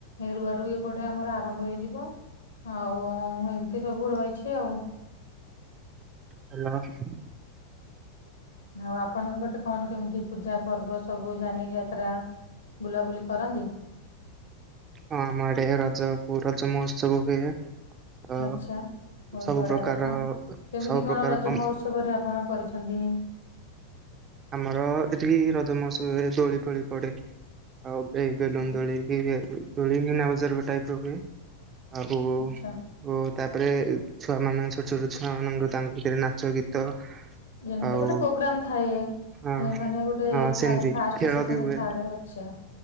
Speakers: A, on the left; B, on the right.
A: ରୁଆ ରୁଇ ପଟେ ଆମର ଆରମ୍ଭ ହେଇଯିବ ଆଉ ଏମିତି ସବୁ ରହିଛି ଆଉ।
B: ହ୍ୟାଲୋ।
A: ଆଉ ଆପଣଙ୍କ ପଟେ କଣ କେମିତି ପୂଜା ପର୍ବ ସବୁ ଯାନି ଯାତ୍ରା? ବୁଲାବୁଲି କରନ୍ତି।
B: ହଁ ଆମ ଆଡ଼େ ରଜକୁ ରଜ ମହୋତ୍ସବ ହୁଏ। ଅ
A: ଆଚ୍ଛା ବୋହୁତ
B: ସବୁ
A: ବଢ଼ିଆ
B: ପ୍ରକାର
A: କଥା କେମିତି
B: ସବୁ ପ୍ରକାର
A: କଣ ରଜ
B: କମ୍-
A: ମହୋତ୍ସବରେ ଆପଣ କରିଛନ୍ତି?
B: ଆମର ଏଠି ରଜମହୋତ୍ସବରେ ଦୋଳି ଫୋଳି ପଡ଼େ। ଆଉ ଏଇ
A: ଆଚ୍ଛା
B: ବେଲୁନ ଦୋଳିକି ଦୋଳି ମିନା ବଜାର ଟାଇପ୍ ର ହୁଏ। ଆଉ ଉ
A: ଆଚ୍ଛା
B: ତାପରେ ଛୁଆ ମାନ ଛୋଟ ଛୋଟ ଛୁଆ ମାନଙ୍କ ତାଙ୍କ ଭିତରେ ନାଚ ଗୀତ
A: ଯେମିତି
B: ଆଉ
A: ଗୋଟେ ପୋଗ୍ରାମ ଥାଏ
B: ହଁ
A: ମାନେ ଗୋଟେ
B: ହଁ ସେମିତି
A: ଥାଏ ଫାଷ୍ଟ,
B: ଖେଳ
A: ସେକେଣ୍ଡ,
B: ବି ହୁଏ
A: ଥାର୍ଡ଼ ଆଚ୍ଛା।